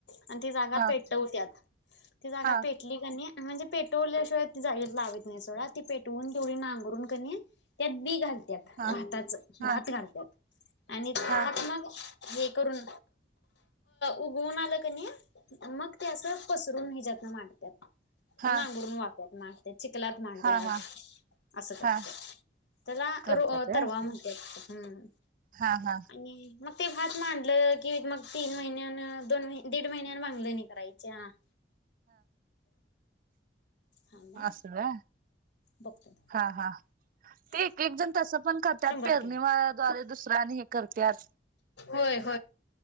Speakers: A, on the left; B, on the right.
A: आणि ती जागा
B: हा
A: पेटवत्यात. ती जागा
B: हा
A: पेटली कनी म्हणजे पेटवल्याशिवाय जाय लावत नाही सोडा ती पेटवून तेवढी नांगरून कनी त्यात बी घाल भाताच
B: हा हा
A: भात घालत्यात आणि ह्यात
B: हा
A: मग हे करून उगवून आलं कनी मग ते असं पसरून ह्यच्यातन मांडत्यात.
B: हा
A: नांगरून वाकत मा चिखलात मांत्यात
B: हा हा
A: असं करत्यात
B: हा
A: त्याला
B: करतात
A: रो
B: व्हय
A: तरवा म्हणत्यात हम्म
B: हा हा
A: आणि मग ते भात मांडलं की मग तीन महिन्यान दोन महि दीड महिन्यान बांगलंनी करायच्या. <inaudible> थांबा
B: अस होय
A: बघतो
B: हा हा ते एक एक जन तस पन करतात
A: शंभर
B: पेरणीमा
A: टक्के
B: द्वारे दुसऱ्या आनी हे करत्यात
A: होय